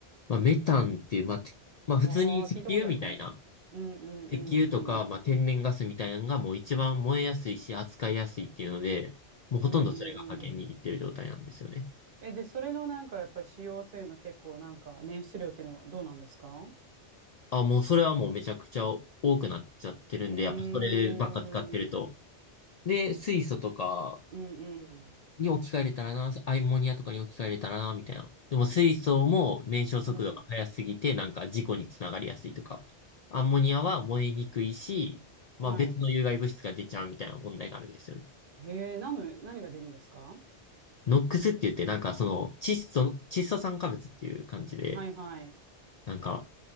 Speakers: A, on the left; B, on the right.
A: まあ、メタンっていう、まあ、てまあ、普通に石油みたいな、
B: ああー、聞いたことあるかも。うんうんうんうん
A: 石油とか、まあ、天然ガスみたいなのがもう一番燃えやすいし、扱いやすいっていうので、もうほとんどそれが覇権握ってる状態なんですよね。
B: うんうんうんえ、で、それのなんかやっぱり CO2 の結構なんか捻出量っていうのはどうなんですか
A: あ、もうそれはもうめちゃくちゃ多くなっちゃってるんで、
B: うーん、
A: やっぱそればっか使ってると。
B: うん
A: で、水素とか
B: うん、
A: に置き換えれたらな、アンモニアとかに置き換えれたらな、みたいな。でも水素も燃焼速度が速すぎて、
B: うん、
A: なんか事故につながりやすいとか。アンモニアは燃えにくいし、まあ別の有害物質が出ちゃうみたいな問題があるんですよね。
B: はい。へえ、なの、何が出るんですか
A: ノックスって言って、なんかその窒素窒素酸化物っていう感じで、
B: はいはい。
A: なんか、